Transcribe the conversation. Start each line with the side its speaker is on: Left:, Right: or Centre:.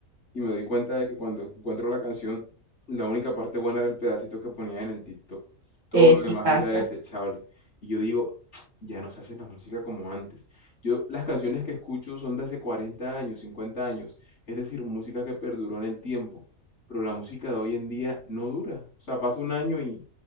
Left: Y me doy cuenta de que cuando encuentro la canción, la única parte buena era el pedacito que ponía en el TikTok. Todo
Right: eh,
Left: lo
Right: sí
Left: demás
Right: pasa,
Left: era desechable. Y yo digo, <tsk> ya no se hace la música como antes. Yo, las canciones que escucho son de hace 40 años, 50 años. Es decir, música que perduró en el tiempo. Pero la música de hoy en día no dura. O sea, pasa un año y,